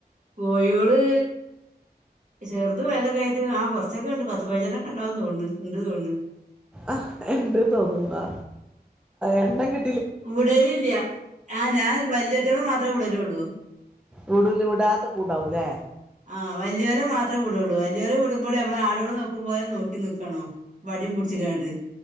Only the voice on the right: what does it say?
കോയോള്. ചെറുതും വലുതോക്കായിട്ട് ആഹ് കൊറച്ചൊക്കെ ഇണ്ട് പത്ത് പയി ഞ്ചണ്ണോക്കേ ഇണ്ടാവും തോണണ് ഇണ്ട് തോണ്ണ്.
വിടലില്ല ആഹ് ഞാൻ വല്യേറ്റ ങ്ങളെ മാത്രേ വിടലൊള്ളൂ.
ആഹ് വല്യോലെ മാത്രേ വിടുള്ളൂ ആഹ് വല്യോരെ മാത്രേ വിടൊള്ളൂ വല്യോരെ വിടുമ്പള് അമ്മള് ആടോളെ നോക്കുമ്പോലെ നോക്കി നിക്കണം. വടിം പുടിച്ചിക്കാണ്ട്.